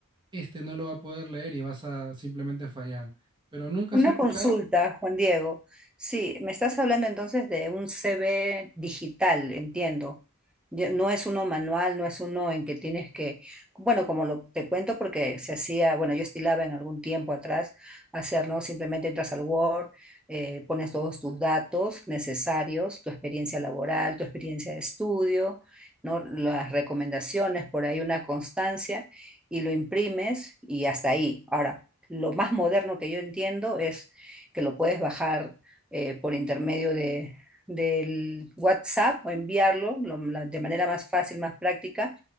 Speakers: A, on the right (about 20°); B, in the centre.
A: este no lo va a poder leer y vas a simplemente fallar. ¿Pero nunca
B: Una
A: has escuchado?
B: consulta, Juan Diego. Sí, me estás hablando entonces de un CV digital, entiendo. Ya No es uno manual, no es uno en que tienes que, bueno, como lo te cuento porque se hacía, bueno, yo estilaba en algún tiempo atrás hacer, ¿no? Simplemente entras al Word, eh, pones todos tus datos necesarios, tu experiencia laboral, tu experiencia de estudio, ¿no? Las recomendaciones, por ahí una constancia y lo imprimes y hasta ahí. Ahora lo más moderno que yo entiendo es que lo puedes bajar eh, por intermedio de, del WhatsApp o enviarlo lo- la- de manera más fácil, más práctica.